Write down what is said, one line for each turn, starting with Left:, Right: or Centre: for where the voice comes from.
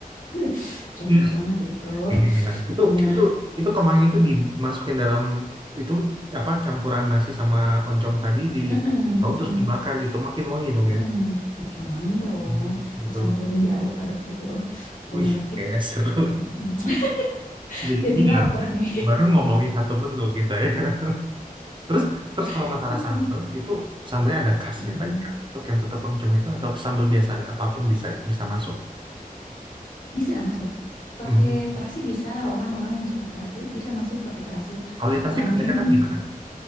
Left: Uh, cocok
Right: Ih,
Left: banget itu.
Right: gila. Itu
Left: Pokoknya,
Right: itu itu kemangi itu dimasukin dalam itu apa campuran nasi sama oncom tadi di
Left: mm-mm,
Right: daun terus
Left: mm-mm,
Right: dibakar gitu, makin wangi dong
Left: mm-mm.
Right: ya.
Left: Makin wangi dong,
Right: Hmm, Betul.
Left: dicampurin, diaduk-aduk gitu. Uh, pokoknya
Right: Wih,
Left: legit.
Right: kayak seru.
Left: Mm-mm. <laughs>
Right: <laughs> Jadi
Left: Jadi
Right: ngiler.
Left: lapar nih.
Right: baru ngomongin satu menu gitu ya. <laughs> Terus terus kalau
Left: <laughs>
Right: masalah sambel itu sambelnya ada khasnya
Left: Mm-mm.
Right: lagi kan? Untuk yang tutuk oncom itu atau sambel biasa apapun bisa bisa masuk.
Left: Bisa masuk. Pakai
Right: Mhm.
Left: terasi bisa, orang-orang yang suka terasi bisa masuk pakai terasi.
Right: Kalau
Left: Ah,
Right: di Tasik
Left: kurang
Right: kebanyakan
Left: ini nih.
Right: gimana?